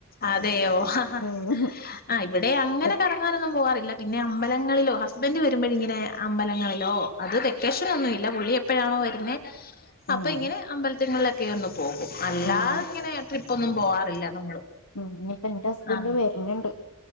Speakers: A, on the left; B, on the left.
A: അതെയോ ഓ ഹ ഹ
B: ഉം
A: ഇവിടെ അങ്ങനെ
B: എപ്
A: ക റങ്ങാനൊന്നും പോവാറില്ല പിന്നെ അമ്പലങ്ങളിലോ ഹസ്ബൻഡ് വരുമ്പോഴിങ്ങനെ അമ്പലങ്ങളിലോ അത് വെക്കേഷൻ ഒന്നുമില്ല പുള്ളി എപ്പോഴാണോ വരുന്നേ
B: ഉം
A: അപ്പൊ ഇങ്ങനെ അമ്പലത്തിങ്ങളിലൊക്കെ ഒന്നു പോകും അല്ലാത
B: ഉം
A: ഇങ്ങനെ ട്രിപ്പ് ഒന്നും പോവാറില്ല നമ്മള്
B: ഉം ഇനിപ്പ ഇന്റെ ഹസ്ബൻഡും
A: ആ
B: വര്ണണ്ട്